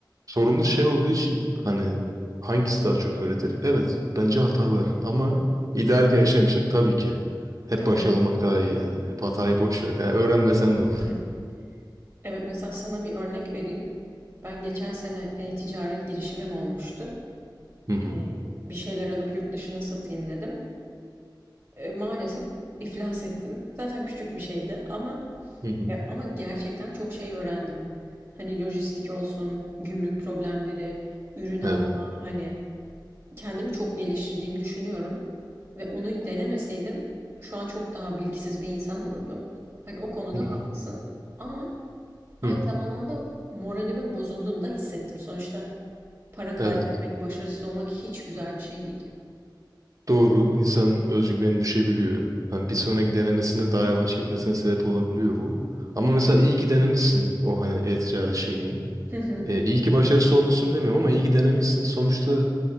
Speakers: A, on the right (about 45°); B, on the right (about 25°).
A: Sorumuz şey olduğu için hani hangisi daha çok öğretir? Evet bence hatalar ama ideal bir yaşam için tabii ki hep
B: Tabii.
A: başarılı olmak daha iyi yani. Hep hatayı boş ver. Yani öğrenmesen
B: <laughs>
A: de olur.
B: Evet mesela sana bir örnek vereyim. Ben geçen sene e, ticaret girişimim olmuştu.
A: Hı hı.
B: E, bir şeyler alıp yurt dışına satayım dedim. Eee, maalesef iflas ettim. Zaten küçük bir şeydi ama
A: Hı hı.
B: ya, ama gerçekten çok şey öğrendim. Hani lojistik olsun, gümrük problemleri, ürün alma,
A: Evet.
B: hani kendimi çok geliştirdiğimi düşünüyorum ve onu denemeseydim şu an çok daha bilgisiz bir insan olurdum. Hani o konuda
A: Hı
B: haklısın.
A: hı.
B: Ama aynı
A: Hı.
B: zamanda moralimin bozulduğunu da hissettim. Sonuçta para kaybetmek,
A: Evet.
B: başarısız olmak hiç güzel bir şey değil.
A: Doğru insanın özgüveni düşebiliyor. Hani bir sonraki denemesinde daha yavaş gitmesine sebep olabiliyor bu. Ama mesela iyi ki denemişsin o hani e-ticaret şeyini.
B: Hı hı,
A: E, iyi ki başarısız olmuşsun demiyorum ama iyi ki denemişsin. Sonuçta